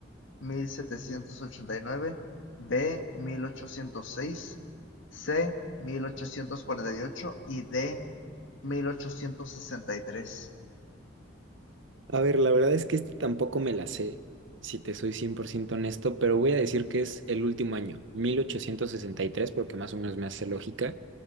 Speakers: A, on the left (about 75°); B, on the right (about 70°).
A: mil setecientos ochenta y nueve; b. mil ochocientos seis; c. mil ochocientos cuarenta y ocho; y d. mil ochocientos sesenta y tres.
B: A ver, la verdad es que este tampoco me la sé, si te soy 100% honesto, pero voy a decir que es el último año, 1863 porque más o menos me hace lógica.